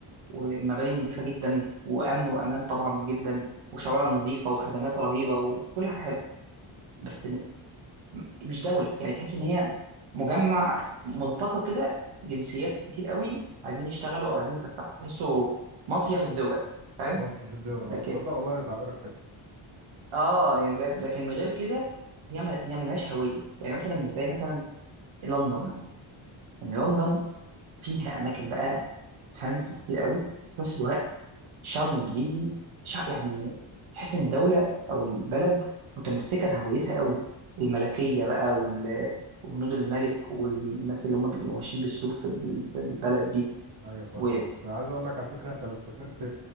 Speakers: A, on the right; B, on the right.
A: ومباني نظيفه جدا وامن وامان طبعا جدا وشوارع نظيفه وخدمات رهيبه وكل حاجه حلوه بس م- مش دوله يعني تحس ان هي مجمع ملتقى كده جنسيات كتير قوي عايزين يشتغلوا او عايزين يتفسحوا تحسه مصيف الدول فاهم
B: مصر في الدول
A: لكن
B: هتصدق والله تعبيرك حلو
A: اه يعني بجد لكن غير كده هي ما هي ملهاش هويه يعني مثلا مش زي مثلا لندن مثلا ان لندن فيها اماكن بقى فانسي كتير قوي في نفس الوقت الشعب الانجليزي شعب يعني تحس ان الدوله او البلد متمسكه بهويتها قوي الملكيه بقى وال وجنود الملك والناس اللي هم بيبقوا ماشيين بالسيوف في ال- في البلد دي
B: ايوه فاهم
A: ويعني
B: بس عايز اقول لك على فكره انت لو سافرت